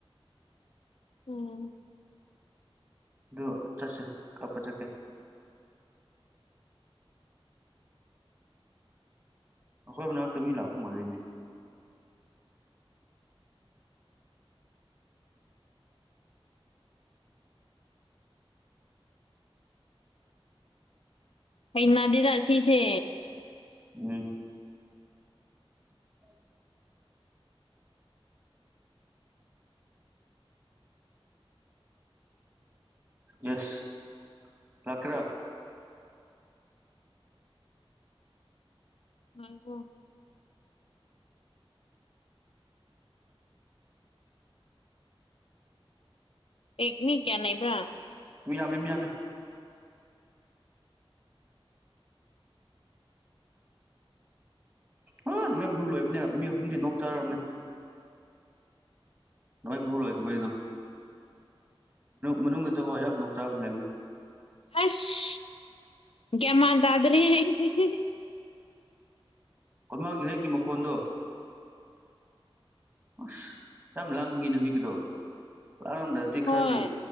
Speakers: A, on the left; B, on the right.
A: ꯎꯝ
B: ꯑꯗꯨ ꯆꯠꯁꯦ ꯀꯥꯄ ꯆꯠꯀꯦ ꯑꯈꯣꯏ ꯃꯅꯥ ꯇꯃꯤ ꯂꯥꯛꯣ ꯃꯥꯜꯂꯤꯅꯦ
A: ꯍꯩꯅꯗꯤꯗ ꯁꯤꯁꯦ
B: ꯎꯝ <unintelligible> ꯌꯦꯁ ꯂꯀ꯭ꯔꯥ
A: ꯉꯕꯨꯣ ꯑꯦ ꯃꯤ ꯀꯌꯥ ꯅꯕ꯭ꯔꯥ
B: ꯃꯤ ꯌꯥꯃꯦ ꯃꯤ ꯌꯥꯃꯦ ꯑ ꯅꯣꯡꯃꯥꯏ ꯃꯔꯨ ꯂꯣꯏꯕꯅꯦ ꯃꯤ ꯑꯍꯨꯝꯗꯤ ꯅꯣꯛ ꯆꯥꯔꯕꯅꯦ ꯂꯋꯥꯥꯏ ꯃꯔꯨ ꯂꯣꯏꯀꯕꯒꯤꯗꯣ ꯃꯅꯨꯡꯗ ꯆꯁꯨ ꯌꯥꯝꯣꯛ ꯆꯥꯕ ꯂꯩꯅꯤ
A: ꯑꯁ ꯀꯃꯥꯟ ꯇꯥꯗꯅꯦꯦ
B: ꯀꯃꯤ ꯍꯦꯒꯤꯀꯤ ꯃꯀꯣꯟꯟ ꯑꯁ ꯌꯥꯝ ꯂꯥꯡꯕꯒꯤ ꯅꯨ ꯍꯒꯤꯗꯣ ꯂꯥꯡꯉꯝꯗ꯭ꯔꯗꯤ ꯈꯔꯗꯤ
A: ꯍꯣꯏ